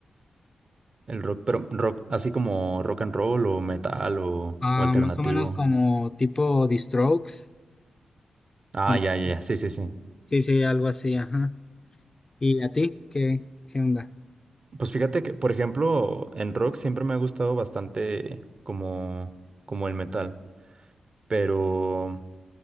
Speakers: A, on the right; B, on the left.
A: El rock, pero rock, así como rock and roll o metal o,
B: ah,
A: o alternativo.
B: más o menos como tipo The Strokes.
A: Ah,
B: ¿Conoces?
A: ya, ya, ya, sí, sí, sí.
B: Sí, sí, algo así, ajá. ¿Y a ti? ¿Qué, qué onda?
A: Pues fíjate que, por ejemplo, en rock siempre me ha gustado bastante como, como el metal, pero